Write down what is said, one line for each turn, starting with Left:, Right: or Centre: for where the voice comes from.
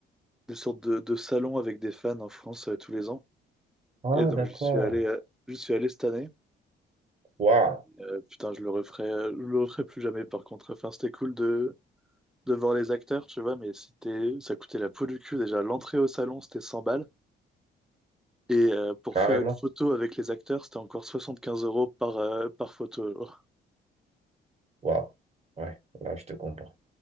Centre: des sortes de, de salons avec des fans en France euh, tous les ans.
Right: Ah,
Centre: Et donc,
Right: d'accord.
Centre: je suis allé, euh, je suis allé cette année.
Right: Waouh,
Centre: Euh, putain, je le referai, euh, je le referai plus jamais, par contre. Enfin, c'était cool de. devant les acteurs, tu vois, mais c'était, ça coûtait la peau du cul déjà. L'entrée au salon, c'était 100 balles. Et euh, pour
Right: carrément.
Centre: faire une photo avec les acteurs, c'était encore 75 euros par, euh, par photo. Genre.
Right: Waouh. Ouais, là, je te comprends.